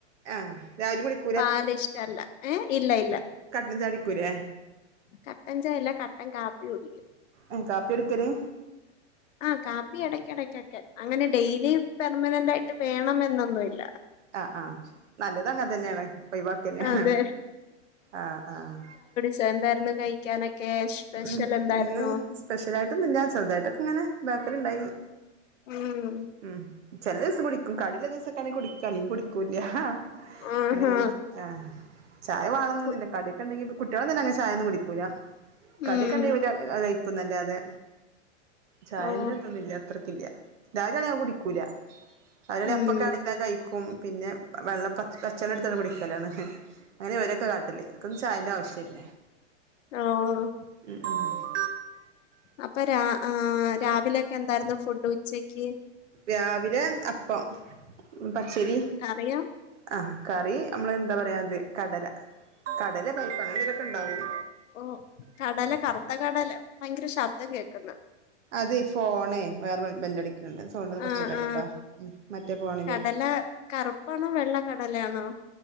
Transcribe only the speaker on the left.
പാലിഷ്ട അല്ല, ഏഹ്? ഇല്ലയില്ല.
കട്ടൻചായയല്ല, കട്ടൻ കാപ്പി കുടിക്കും
ആഹ് കാപ്പി യെടക്കിടയ്ക്കൊക്കെ അങ്ങനെ ഡെയിലി പെർമനെന്റായിട്ടു വേണം എന്നൊന്നു ഇല്ല.
അതെ
സെ എന്തായിരുന്നു കഴിക്കാനൊക്കെ? സ്പെഷ്യൽ
എന്തായിരുന്നു
ഉം.
ആഹാ
ഫു
ഉം
ഓ
ഉം
ഓഹ്
അപ്പൊ, രാ ആഹ് രാവിലെയൊക്കെയെന്തായിരുന്നു ഫുഡ് ഉച്ചക്ക്?
കറിയോ?
ഓഹ് കടല കറുത്തകടല ഭയങ്കര ശബ്ദം കേൾക്കുന്നു.
ആ
ആ
കടല കറുപ്പാണോ വെള്ളക്കടലയാണോ?